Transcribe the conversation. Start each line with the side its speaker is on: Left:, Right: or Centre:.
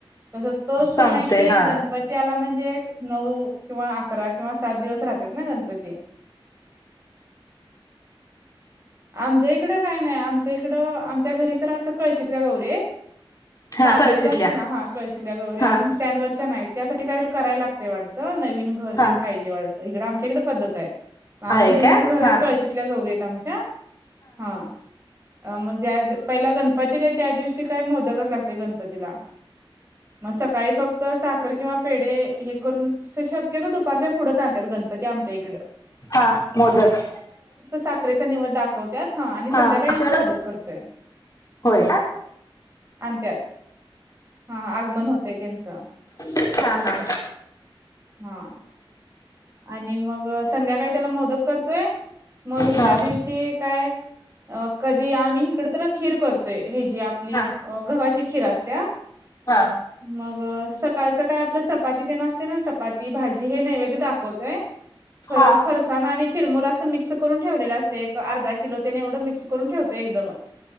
Right: तसं तो
Left: संपते
Right: सन की
Left: हा
Right: गणपतीआला म्हणजे म्हण नऊ किंवा अकरा किंवा सात दिवस राहतात ना गणपती? आमच्या इकडं काय नाही आमच्या इकडं आमच्या घरी तर असं कळशीतल्या गौरी.
Left: हा
Right: तांब्यातले
Left: कळशीतल्या
Right: असत ना हा कळशीतल्या गौरी
Left: हा
Right: अजून स्टँड वरच्या नाही. त्यासाठी काय तर करायला लागतंय वाटतं नवीन घर
Left: हा
Right: ते पाहिजे वाटतं हकडं आमच्याकडे पद्धत आहे. आमचं
Left: आहे
Right: जुनच
Left: का
Right: घर
Left: हा
Right: आहे कळशीतल्या गौरी आहेत आमच्या.. हा मग पहिला गणपतीत त्या दिवशी श काय मोदकच लागतेय गणपतीला. मग सकाळी फक्त साखर किंवा पेढ हे करून शक क तो दुपारच्या पुढच आणतात गणपती आमच्या इकडे..
Left: हा मोदक
Right: साखरेचा नैवेद्य दाखवतात. हा आणि संध्याकाळी
Left: आमच्याकडे
Right: आम्ही मोदक
Left: अस
Right: करतोय
Left: होय का
Right: आणि त्यात हा आगमन होतय त्यांचं.
Left: हा हा
Right: हा आणि मग संध्याकाळी त्याला मोदक करतोय मग दुसऱ्या
Left: हा
Right: दिवशी काय अ कधी आम्ही इकड तर. खीर करतोय हे जी आपली
Left: हा
Right: गव्हाची खीर असते
Left: हा
Right: मग. अं सकाळचं काय आपलं चपाती ते न असते ना चपाती भाजी हे नैवेद्य दा खर
Left: हा
Right: फरसाणा आणि चिरमुरा असं मिक्स करून ठेवलेलं असते एक अर्धा किलो ते येवड ड मिक्स करून ठेवतोय एकदमचं